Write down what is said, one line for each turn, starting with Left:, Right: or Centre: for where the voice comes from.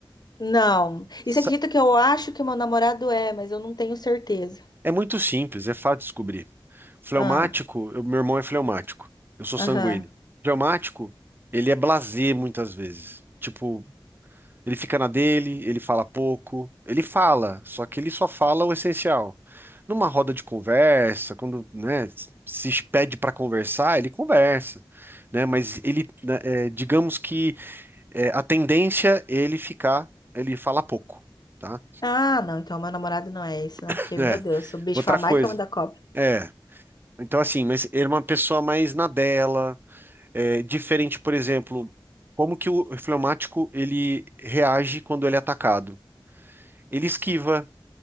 Left: Não.
Right: Sa-
Left: E você acredita que eu acho que o meu namorado é, mas eu não tenho certeza.
Right: É muito simples, é fácil de descobrir. Fleumático,
Left: Ah,
Right: eu- meu irmão é fleumático. Eu sou
Left: aham.
Right: sanguíneo. Fleumático, ele é blasé muitas vezes. Tipo, ele fica na dele, ele fala pouco, ele fala, só que ele só fala o essencial. Numa roda de conversa, quando, né, se pede para conversar, ele conversa, né? Mas ele, né, é, digamos que é, a tendência é ele ficar, ele fala pouco, tá?
Left: Ah, não, então meu namorado não é isso, não,
Right: <laughs>
Left: porque,
Right: É.
Left: meu Deus, o bicho
Right: Outra
Left: foi a marca
Right: coisa.
Left: da cobra.
Right: É. Então, assim, mas ele é uma pessoa mais na dela, É, diferente, por exemplo, como que o fleumático ele reage quando ele é atacado? Ele esquiva,